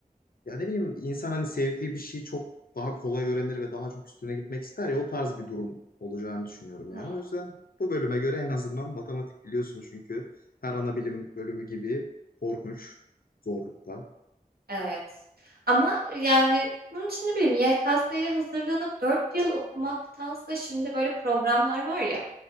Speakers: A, on the left; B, on the right.
A: ya ne bileyim insan hani sevdiği bir şeyi çok daha kolay öğrenir ve daha çok üstüne gitmek ister ya o tarz bir durum olacağını düşünüyorum yani.
B: Hmm,
A: O yüzden bu bölüme göre en azından matematik biliyorsunuz çünkü her ana bilim bölümü gibi korkunç zorlukta.
B: evet. Ama yani bunun için ne bileyim YKS'ye hazırlanıp 4 yıl okumaktansa şimdi böyle programlar var ya